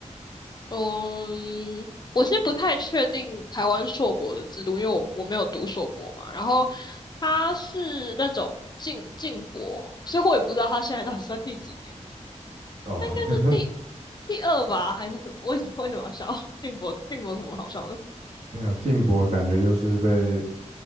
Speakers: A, on the left; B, on the right.
A: 嗯，我其实不太确定台湾硕博的制度，因为我我没有读硕博嘛，然后。他是那种进进博，所以我也不知道他现在到底算第几年。
B: 哦，
A: 他应该是第
B: <laughs>
A: 第二吧，还是什么？为什么为什么要笑？<laughs> 静博静博有什么好笑的？
B: 没有，静博感觉就是被